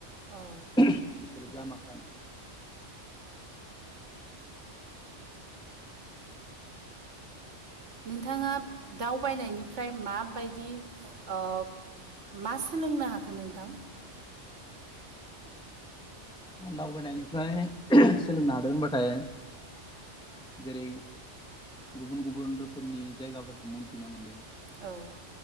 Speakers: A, on the right; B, in the centre.
A: औ
B: बिसोरो जामाखोनो।
A: नोंथांङा दावबायनायनिफ्राय माबायदि ओ मा सोलोंनो हाखो नोंथां?
B: दावबायनायनिफ्राय सोलोंनो हादों होनबाथाय जेरै गुबुन गुबुन रोखोमनि जायगाफोरखौ मोनथिना मोनदों।
A: औ